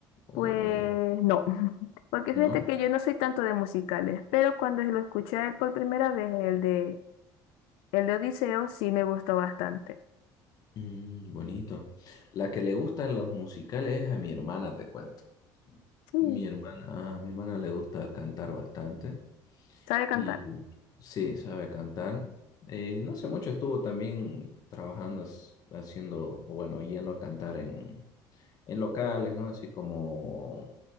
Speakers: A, on the left; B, on the left.
A: O,
B: Pues
A: eh,
B: no, <laughs> porque
A: ¿no?
B: fíjate que yo no soy tanto de musicales, pero cuando lo escuché a él por primera vez, el de, el de Odiseo, sí me gustó bastante.
A: Mm, bonito. La que le gustan los musicales es a mi hermana, te cuento.
B: Sí.
A: Mi hermana, a mi hermana le gusta cantar bastante
B: ¿Sabe
A: y
B: cantar?
A: sí, sabe cantar. Eh, no hace mucho estuvo también trabajando, as- haciendo, o bueno, yendo a cantar en, en locales, ¿no? Así como